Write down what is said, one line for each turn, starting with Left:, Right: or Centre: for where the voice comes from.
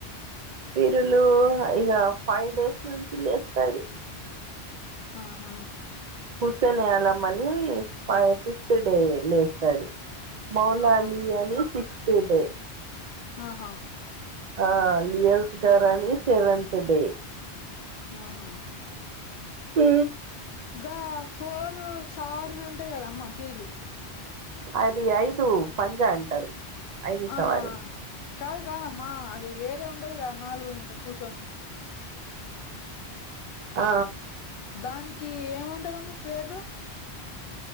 Right: పీరులు ఇగా ఫైవ్ డేస్ నుంచి లేస్తాది.
Left: ఆ హా
Right: హుసన్ అళంమని ఫయి ఫిస్త్ డే లేస్తాది. మౌలాలీ
Left: ఆ
Right: అని సిక్స్త్ డే
Left: ఆహా
Right: ఆ లియల్స్ గార అని సెవెంతత్ డే
Left: ఆహా
Right: అ
Left: గా ఫోర్ సవారీలు ఉంటాయి. గదా అమ్మ పీర్లు
Right: అది ఐదు పంజా అంటారు. ఐదు
Left: ఆహా
Right: సవారిలు
Left: కాదు కాదమ్మా అది వేరే ఉంటదిగా, నాలుగు ఇంకా కూర్చొని
Right: ఆ
Left: దానికి ఏమంటారమ్మా పేర్లు